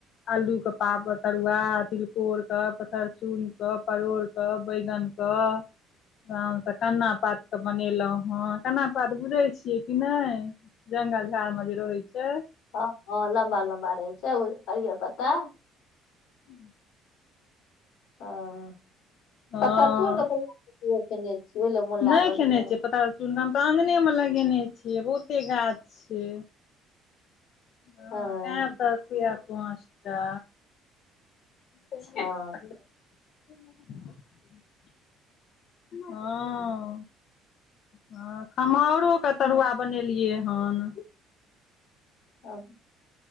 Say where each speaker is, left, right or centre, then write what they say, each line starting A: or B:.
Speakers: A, on the left; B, on the left.
A: आलू के पापड़ के तरुआ, तिलकोर के, पथरचुर के, परोर के, बैगन सँ, तखैन से कन्नाा पात के बनेलौ हाँ कना पात बुझै छियै कि नै जंगल झाड़ मे जे रहै छै।
B: हँ- हँ लम्बा- लम्बा रहै छै, ओ हरियर पत्ता
A: <inaudible>
B: हां
A: हँ
B: पत्थर चूर <unintelligible> मोन लागल
A: नहि खेने
B: यऽ
A: छै पता अछि हम तऽ अंगने मे लगेने छियै बहुते गाछ छै। हां
B: हँ
A: आएब त अथी या पाँचटा। <unintelligible>
B: हँ
A: हां। हां खम्होरो के तरुआ बनेलियै हन।
B: अब